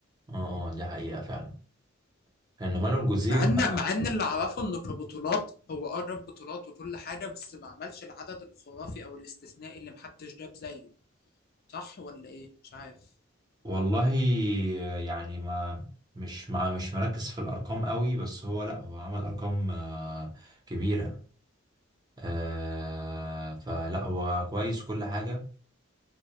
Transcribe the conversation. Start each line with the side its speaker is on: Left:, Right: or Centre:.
Right: اه اه دي حقيقة فعلا لأنه مانويل الجوزيب
Left: مع ان مع ان اللي اعرفه انه كبطولات هو قرب بطولات وكل حاجه بس ما عملش العدد الخرافي او الاستثنائي اللي محدش جاب زيه صح ولا ايه مش عارف
Right: والله يعني ما مش مع مش مركز في الأرقام قوي بس هو لأ هو عمل أرقام آه، كبيرة آه، فلأ هو كويس كل حاجة